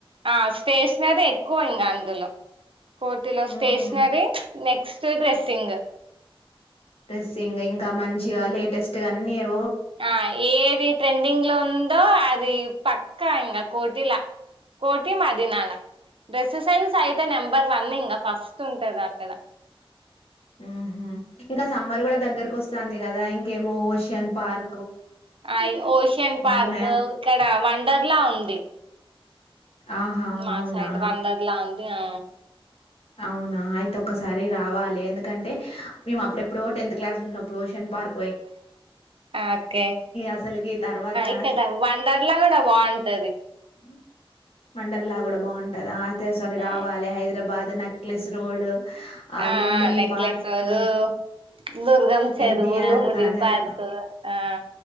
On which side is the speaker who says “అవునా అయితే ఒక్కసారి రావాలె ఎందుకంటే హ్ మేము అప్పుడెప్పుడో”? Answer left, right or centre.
Left